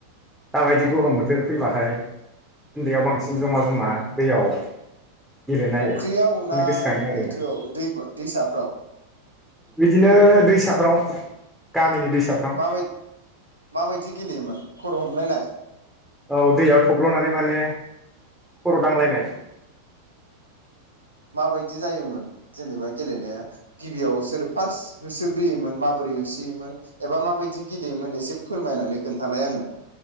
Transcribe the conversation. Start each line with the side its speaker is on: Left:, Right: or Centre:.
Centre: दाबायदि
Right: औ
Centre: गरम बोथोर फैबाथाय उन्दैयाव बांसिन
Right: औ
Centre: जमा जमा दैयाव गेलेनायखौनो
Right: फुख्रियाव ना
Centre: गोसोखाङो आरो
Right: लैथोआव दै दैसाफ्राव
Centre: बिदिनो दैसाफ्राव गामिनि दैसाफ्राव
Right: माब माबायदि गेलेयोमोन खर' हमलायनाय?
Centre: औ दैयाव थब्ल'नानै माने खर' दांलायनाय
Right: माबायदि जायोमोन जेनेबा गेलेनाया गिबियाव सोर फार्स्ट होसोग्रोयोमोन माबोरै होसोयोमोन एबा माबायदि गेलेयोमोन एसे फोरमायनानै खोन्थालाय आंनो